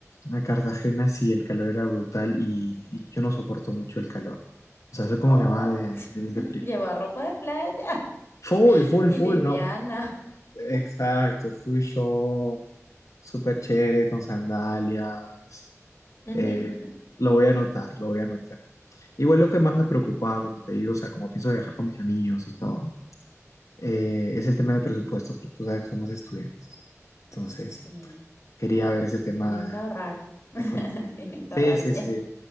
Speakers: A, on the left; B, on the left.
A: a Cartagena, sí, el calor era brutal y, y yo no soporto mucho el calor. O sea, soy como
B: Oh,
A: que más de, de, de frío.
B: llevar ropa de playa <laughs>
A: Full, full,
B: y
A: full,
B: liviana.
A: no. Exacto, full short, súper chévere, con sandalias.
B: <laughs>
A: Eh, lo voy a anotar, lo voy a anotar. Igual lo que más me preocupaba, como te digo, o sea, como pienso viajar con mis amigos y todo, eh, es el tema del presupuesto, porque tú sabes que somos estudiantes. Entonces,
B: Sí,
A: quería ver ese tema
B: tienen que ahorrar. <laughs>
A: económico.
B: Tienen que
A: Sí,
B: ahorrar
A: sí,
B: bien.
A: sí.